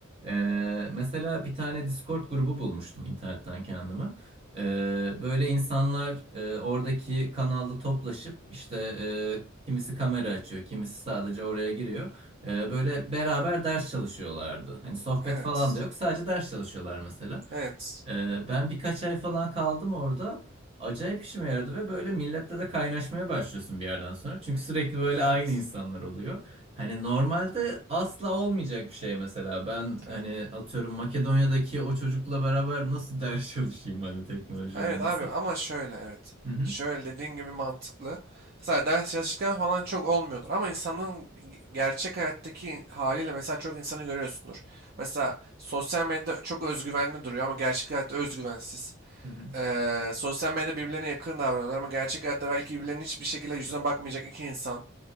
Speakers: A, on the right; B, on the right.
A: Ee, mesela bir tane Discord grubu bulmuştum internetten kendime. Ee, böyle insanlar e, oradaki kanalda toplaşıp işte e, kimisi kamera açıyor, kimisi sadece oraya giriyor. Ee, böyle beraber ders çalışıyorlardı. Hani sohbet
B: Evet.
A: falan da yok. Sadece ders çalışıyorlar mesela.
B: Evet.
A: Ee, ben birkaç ay falan kaldım orada acayip işime yaradı ve böyle millette de kaynaşmaya başlıyorsun bir yerden sonra. Çünkü sürekli böyle
B: Evet.
A: aynı insanlar oluyor. Hani normalde asla olmayacak bir şey mesela. Ben
B: Evet.
A: hani atıyorum Makedonya'daki o çocukla beraber nasıl <laughs> ders çalışayım hani teknoloji
B: Evet
A: olması.
B: abi ama şöyle evet.
A: Hı hı.
B: Şöyle dediğin gibi mantıklı. Mesela ders çalışırken falan çok olmuyordur. Ama insanın gerçek hayattaki haliyle mesela çok insanı görüyorsundur. Mesela sosyal medyada çok özgüvenli duruyor ama gerçek hayatta özgüvensiz.
A: Hı hı.
B: Ee, sosyal medyada birbirlerine yakın davranıyorlar ama gerçek hayatta belki birbirlerinin hiçbir şekilde yüzüne bakmayacak iki insan.